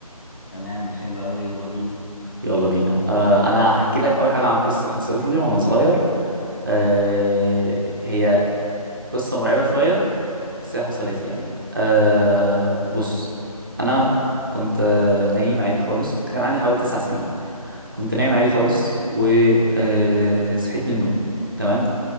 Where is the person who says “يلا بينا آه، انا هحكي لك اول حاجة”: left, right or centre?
Right